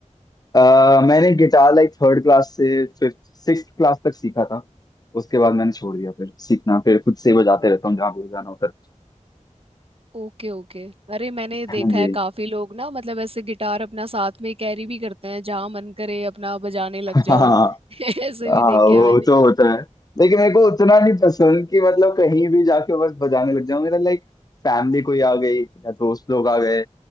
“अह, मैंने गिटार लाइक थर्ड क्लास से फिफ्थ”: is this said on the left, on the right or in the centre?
Left